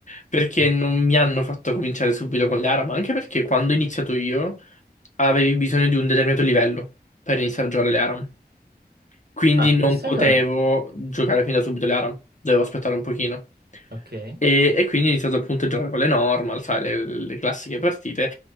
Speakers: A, on the left; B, on the right.
A: perché
B: <laughs>
A: non mi hanno fatto cominciare subito con le armi, anche perché quando ho iniziato io avevi bisogno di un determinato livello per iniziare a giocare le ARAM. Quindi
B: Ah,
A: non
B: questo
A: potevo
B: è un...
A: giocare fin da subito le ARAM, dovevo aspettare un pochino.
B: Ok.
A: E, e quindi ho iniziato appunto a giocare con le normal, sai, le, le classiche partite.